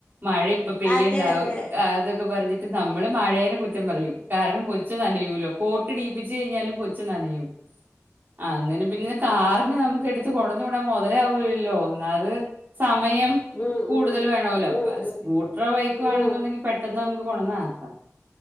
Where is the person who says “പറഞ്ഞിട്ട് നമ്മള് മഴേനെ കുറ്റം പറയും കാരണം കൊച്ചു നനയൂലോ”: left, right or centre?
Right